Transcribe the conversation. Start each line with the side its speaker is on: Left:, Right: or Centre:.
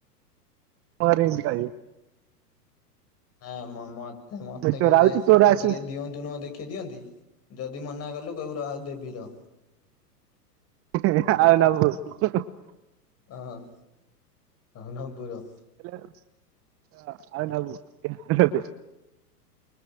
Right: <unintelligible>
Left: ନା ମ ମତେ ମତେ
Right: ତୋର
Left: କହିବେ
Right: ଆଉଛି
Left: ଆଉ
Right: ତୋର ଆସୁ
Left: ଟିକେ ଦିଅନ୍ତୁନୁ ଦେଖି ଦିଅନ୍ତି। ଯଦି ମନା କଲୁ କଇବୁ ର ଆଉ ଦେବୀ ର।
Right: <unintelligible>
Left: ଅ ହଁ ହ ନବୁ ର।
Right: <unintelligible> ଆଉ ନବୁ। <unintelligible>